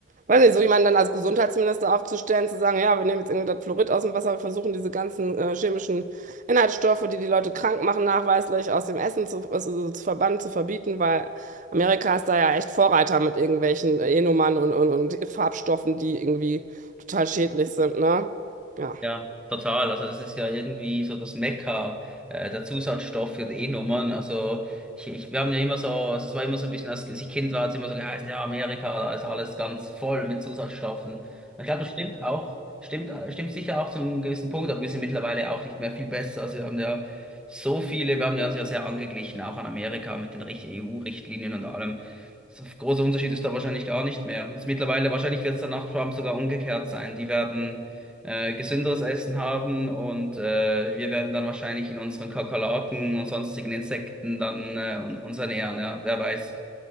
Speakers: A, on the right; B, in the centre.
A: weiß nicht, so jemanden dann als Gesundheitsminister aufzustellen, zu sagen, ja, wir nehmen jetzt irgendwie das Fluorid aus dem Wasser, wir versuchen diese ganzen äh, chemischen Inhaltsstoffe, die die Leute krank machen, nachweislich aus dem Essen zu, also so zu verbannen, zu verbieten, weil Amerika ist da ja echt Vorreiter mit irgendwelchen äh, E-Nummern und, und, und Farbstoffen, die irgendwie total schädlich sind, ne? Ja.
B: Ja, total. Also das ist ja irgendwie so das Mekka äh, der Zusatzstoffe und E-Nummern. Also ich, ich, wir haben ja immer so, also es war immer so ein bisschen, als ich Kind war, hat es immer so geheißen, ja, Amerika, da ist alles ganz voll mit Zusatzstoffen. Und ich glaube, das stimmt auch, stimmt, äh, stimmt sicher auch zu einem gewissen Punkt, aber wir sind mittlerweile auch nicht mehr viel besser. Also wir haben ja so viele, wir haben ja uns ja sehr angeglichen, auch an Amerika mit den Richt- EU-Richtlinien und allem. So großer Unterschied ist da wahrscheinlich gar nicht mehr. Jetzt mittlerweile, wahrscheinlich wird es dann nach Trump sogar umgekehrt sein. Die werden äh, gesünderes Essen haben und äh, wir werden dann wahrscheinlich in unseren Kakerlaken und sonstigen Insekten dann äh, un- uns ernähren, ja, wer weiß.